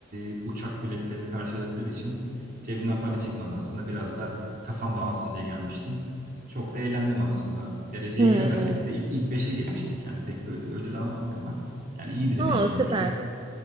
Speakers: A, on the right; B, on the right.
A: e, uçak biletlerini karşıladıkları için cebimden para çıkmadı aslında biraz da kafam dağılsın diye gelmiştim. Çok da eğlendim aslında. Dereceye
B: Hı
A: giremesek
B: hı.
A: de ilk, ilk beşe girmiştik yani pek bir ödül alamadık ama yani iyi bir deneyim
B: Aa,
A: olmuştu.
B: süper.